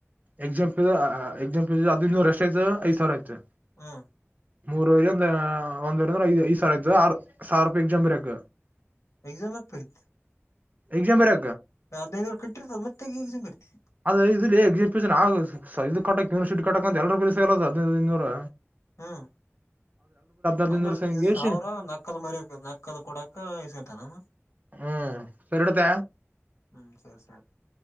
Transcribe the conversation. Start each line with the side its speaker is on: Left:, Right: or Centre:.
Right: ಎಕ್ಸಾಮ್ ಆ ಎಕ್ಸಾಮ್ ಫೀಸ್ ಅದೖನ್ನೂರ್ ಎಷ್ಟಾಯ್ತು ಐದ್ಸಾವಿರಾಯ್ತು.
Left: ಹ್ಮ
Right: ಮೂರಂದ ಒಂದೆರಡು ಅಂದ್ರೆ ಐ ಐದ್ ಸಾವಿರ ಆಯತು ಆರ್ ಸಾವಿರ ರೂಪಾಯಿ ಎಕ್ಸಾಮ್ ಬರಿಯಕ್ಕ.
Left: ಎಕ್ಸಾಮ್ಯಾಕ್ ಬರಿತಿ?
Right: ಎಕ್ಸಾಮ್ ಬರ
Left: ಹದ್ನೈದುನೂರ್ ಕಟ್ಟಿರ್ತದ ಮತ್ತೆ ಎಕ್ಸಾಮ್ ಬರಿತಿ
Right: ಅದು ಇದುಲೇ <unintelligible> ಇದು ಕಟ್ಟ ಯಿಟ ಕಕ ಅಂತ ಎರೂಲ್ಸ್ಗಲ್ಲ ಹದಿನದುದೂರು
Left: ಹ್ಮ್
Right: ಹದಿನೈದು
Left: ಅಂದ್ರ
Right: ನೂರು ಸಂಗೇಶ್
Left: ಈ ಸಾವಿರ ನಕ್ಕಲ್ ಮರಿಯಕ್ ನಕ್ಕಲ್ ಕೊಡಕ ಇಸ್ಕತಾನೇನು?
Right: ಹ್ಮ್ ಸರಿಡತ
Left: ಹ್ಮ್ ಸರಿ ಸರಿ